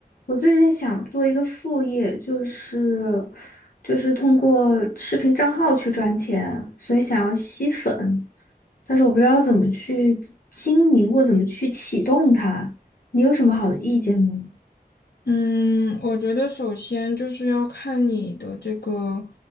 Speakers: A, on the left (about 60°); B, on the left (about 80°).
A: 我最近想做一个副业，就是就是通过视频账号去赚钱，所以想要吸粉，但是我不知道怎么去经营或怎么去启动它。你有什么好的意见吗？
B: 嗯，我觉得首先就是要看你的这个